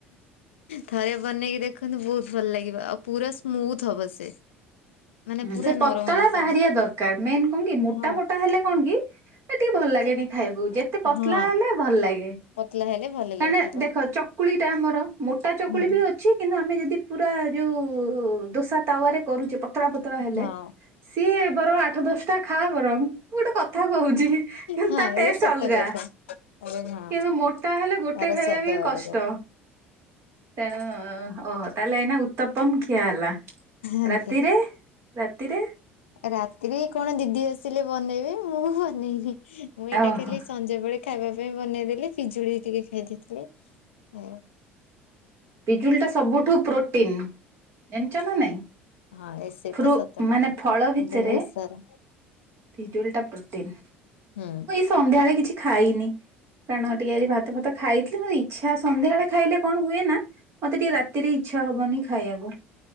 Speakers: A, on the left; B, on the right.
A: ଥରେ ବନେଇକି ଦେଖନ୍ତୁ ବହୁତ ଭଲ ଲାଗିବ ଆଉ ପୁରା ସ୍ମୁଥ ହବ ସେ। ମାନେ ପୁରା
B: ସେ ପତଳା
A: ନରମ ଆସିବ
B: ବାହାରିବା ଦରକାର ମେନ୍ କଣ କି ମୋଟା
A: ହଁ
B: ମୋଟା ହେଲେ କଣ କି ଏ ଟିକେ ଭଲ ଲାଗେନି
A: ସେ
B: ଖାଇଆକୁ ଯେତେ ପତଲା
A: ହଁ
B: ହେଲେ ଭଲ ଲାଗେ।
A: ପତଲା ହେଲେ ଭଲ
B: କାହିନା
A: ଲାଗିବ।
B: ଦେଖ ଚକୁଳି ଟା ଆମର ମୋଟା ଚକୁଳି
A: ହୁଁ
B: ବି ଅ ଛି କିନ୍ତୁ ଆମେ ଯଦି ପୁରା ଯୋଉ-ଉ-ଉ-ଉ ଦୋସା ତାୱାରେ କରୁଛେ ପତଳା ପତଳା ହେଲେ
A: ହଁ
B: ସିଏ ବରଂ ଆଠ ଦଶଟା ଖା ବରଂ ମୁଁ ଗୋଟେ କଥା କହୁଛି କିନ୍ତୁ
A: ହଁ
B: ତା ଟେଷ୍ଟ
A: ଏ ସତ
B: ଅଲଗା
A: କଥା ଆରେ ହଁ।
B: କିନ୍ତୁ ମୋଟା ହେଲେ ଗୋଟେ
A: ତାର
B: ଖାଇବା
A: ସ୍ୱାଦ
B: ବି କଷ୍ଟ।
A: ଅଲଗା ପୁରା
B: ତେଣୁ-ଉ-ଉ-ଉ ଓହୋ ତାହେଲେ ଏଇନା ଉତ୍ତପମ ଖିଆ ହେଲା।
A: ଆଜ୍ଞା।
B: ରାତିରେ? ରାତିରେ?
A: ରାତିରେ କଣ ଦିଦି ଆସିଲେ ବନେଇବେ ମୁଁ ବନେଇନି ମୁଁ ଏଇଟା
B: ଓହୋ
A: ଖାଲି ସଞ୍ଜବେଳେ ଖାଇବା ପାଇଁ ବନେଇଦେଲି। ପିଜୁଳି ଟିକେ ଖାଇ ଦେଇଥିଲି ହୁଁ।
B: ପିଜୁଳି ଟା ସବୁଠୁ ପ୍ରୋଟିନ ଜାଣିଛ ନା ନାଇଁ।
A: ହଁ ଏ ସେ
B: ଫ୍ରୁ
A: ତ ସତ କଥା।
B: ମାନେ ଫଳ ଭିତରେ
A: ବହୁତ ସାରା
B: ପିଜୁଳି ଟା ପ୍ରୋଟିନ୍।
A: ହୁଁ।
B: ସନ୍ଧ୍ୟାବେଳେ କିଛି ଖାଇନି କାରଣ ଟିକେ ଆଜି ଭାତ ଫାତ ଖାଇଥିଲି ମୋତେ ଇଚ୍ଛା ସନ୍ଧ୍ୟାବେଳେ ଖାଇଲେ କଣ ହୁଏ ନା ମତେ ଟିକେ ରାତିରେ ଇଚ୍ଛା ହବନି ଖାଇବାକୁ।